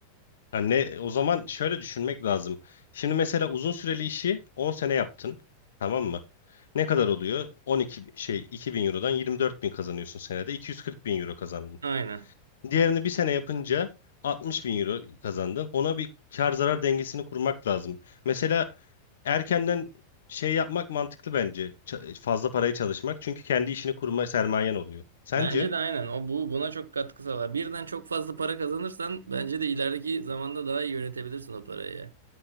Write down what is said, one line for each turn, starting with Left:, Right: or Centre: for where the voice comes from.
Left: Yani ne, o zaman şöyle düşünmek lazım. Şimdi mesela uzun süreli işi 10 sene yaptın. Tamam mı? Ne kadar oluyor? 12 bi- şey 2000 Euro'dan 24 bin kazanıyorsun senede. 240 bin Euro kazandın.
Right: <laughs> Aynen.
Left: Diğerini bir sene yapınca 60 bin Euro kazandın. Ona bir kar zarar dengesini kurmak lazım. Mesela erkenden şey yapmak mantıklı bence. Ç- fazla paraya çalışmak. Çünkü kendi işini kurma sermayen oluyor. Sence?
Right: Bence de aynen. O bu buna çok katkı sağlar. Birden çok fazla para kazanırsan bence de ilerideki zamanda daha iyi yönetebilirsin o parayı.